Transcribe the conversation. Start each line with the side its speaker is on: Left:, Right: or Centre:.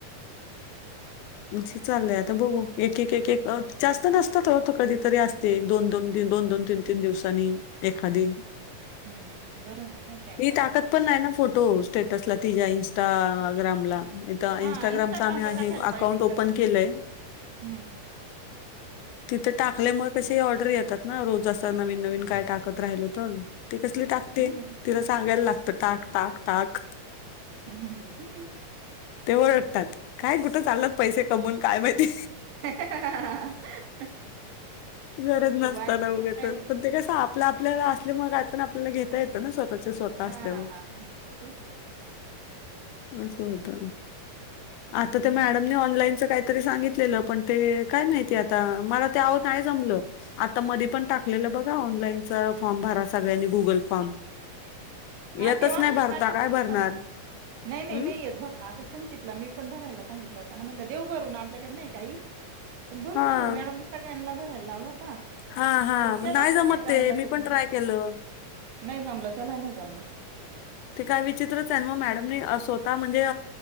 Left: मिक्सी चाललंय, आता बघु एक एक जास्त नसतात हो तो कधीतरी असते. एक दोन, दोन दोन, तिन दिवसांनी. एखादी.
Right: हू हू हुं. हुं. बरं आहे मग काय टाइमपास.
Left: मी टाकत पण नाही ना फोटो स्टेटसला तिच्या इनस्टा ग्रामला त
Right: हा
Left: इंस्टाग्रामच
Right: इंस्टाग्रामला
Left: आम्ही
Right: टाकायला
Left: अकाउंट
Right: पाहिजे
Left: ओपन
Right: खरंच
Left: केलंय.
Right: हम्म
Left: तिथं टाकल्यामुळे कशी ऑर्डरी येतात ना, रोज असं नवीन नवीन काय टाकत राहिल तर, ते कसली टाक ते
Right: हम्म
Left: तिला सांगायला लागत, टाक टाक टाक.
Right: हुं हू <inaudible>
Left: ते ओरडतात. काय कुठं चाललात पैसे कमवून काय माहिती.
Right: <inaudible>
Left: गरज
Right: तो
Left: नसताना
Right: बायका
Left: उघचच,
Right: काय हो.
Left: पण ते कस आपलं आपल्याला असल्यामुळे काय पण आपल्याला घेता येतं ना स्वतः चे स्वतः
Right: हा
Left: असल्यावर.
Right: तेच
Left: अस होत
Right: बर
Left: आता
Right: मग
Left: या मॅडमनी
Right: काय.
Left: ऑनलाईनच काय तरी सांगितलेलं पण ते काय माहिती आता मला ते आहो नाही जमलं. आता मधी पण टाकलेलं बघा ऑनलाईनच फॉर्म भरा सगळ्यांनी गुगल फॉर्म येतच
Right: हां ते ऑनलाईन
Left: नाही भरता
Right: वाल्यानाच
Left: काय भरणार
Right: होत ना नाही नाही
Left: हम्म
Right: नाही येत भर ता संचितलं मी पण भरायला सांगितलं होता ना म्हटलं देव भरून आपल्याकडे नाही काही. पण भरून
Left: हा.
Right: ठेवू मॅडमनी सगळ्यांना भरायला लावला होता.
Left: हां हां
Right: पण त्याला
Left: मग नाही
Right: पण
Left: जमत
Right: जमला
Left: ते मी
Right: तो
Left: पण ट्राय केलं.
Right: नाही जमलं त्यालाही नाही जमलं.
Left: ते काय विचित्रच आहे मग मॅडमनी स्वतः म्हणजे